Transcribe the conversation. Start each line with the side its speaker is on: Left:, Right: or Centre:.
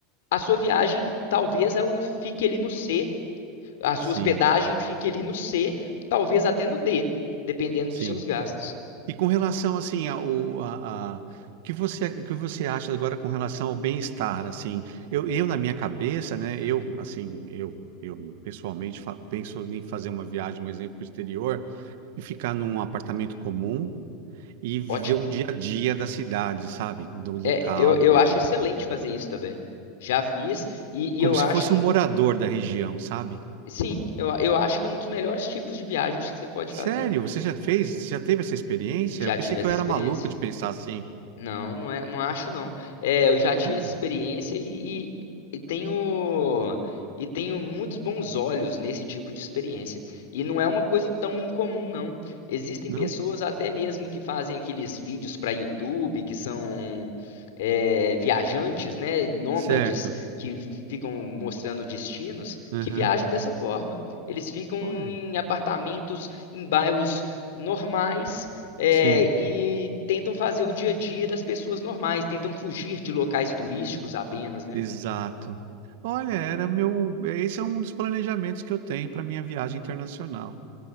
Left: a sua viagem talvez ela fique ali no C, a sua
Right: sim,
Left: hospedagem fique ali no C, talvez até no D, dependendo
Right: sim.
Left: dos seus gastos.
Right: E com relação assim ao a, a- o que você o que você acha agora com relação ao bem-estar assim eu, eu na minha cabeça né eu assim eu eu pessoalmente fa- penso em fazer uma viagem um exemplo pro exterior e ficar num apartamento comum e viver
Left: Ótimo.
Right: um dia a dia da cidade sabe do local
Left: É, eu, eu
Right: e ali
Left: acho excelente fazer isso também. Já fiz e, e
Right: como
Left: eu
Right: se
Left: acho
Right: fosse
Left: um
Right: um morador da região sabe
Left: Sim, eu, eu acho que é um dos melhores tipos de viagens que você pode
Right: sério
Left: fazer.
Right: você já fez já teve essa experiência
Left: Já
Right: eu pensei
Left: tive
Right: que
Left: essa
Right: eu
Left: experiência.
Right: era maluco de pensar assim
Left: Não, não é, não acho não. É, eu já tive
Right: olha
Left: essa experiência e, e- e tenho e tenho muitos bons olhos nesse tipo de experiência. E não é uma coisa tão incomum, não. Existem
Right: não
Left: pessoas até mesmo que fazem aqueles vídeos para YouTube, que são é, viajantes, né, nômades
Right: certo
Left: que ficam mostrando destinos,
Right: Aham.
Left: que viajam dessa forma. Eles ficam
Right: Olha.
Left: em apartamentos, em bairros normais é,
Right: Sim,
Left: e tentam fazer o dia a dia das pessoas normais, tentam fugir de locais turísticos apenas, né?
Right: exato. Olha, era meu. eh, Esse é um dos planejamentos que eu tenho para minha viagem internacional.